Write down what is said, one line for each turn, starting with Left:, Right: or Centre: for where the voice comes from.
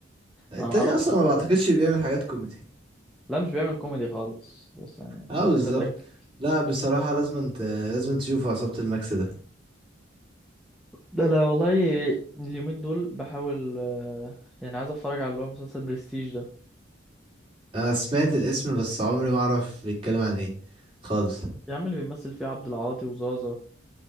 Right: التاني
Centre: انا ما اعرفش
Right: اصلا
Centre: الفيلم
Right: ما بعتقدش
Centre: ده
Right: بيعمل حاجات كوميدي
Centre: لا مش بيعمل كوميدي خالص بس يعني
Right: اه
Centre: حبيت
Right: بالظبط
Centre: اتاكد
Right: لا بصراحة لازم ت... لازم تشوفوا عصابة الماكس ده
Centre: ده لا والله اليومين دول بحاول آه، يعني عايز اتفرج على اللي هو مسلسل برستيج ده
Right: انا سمعت الاسم بس عمري ما اعرف بيتكلم عن ايه خالص
Centre: يا عم اللي بيمثل فيه عبد العاطي وزازا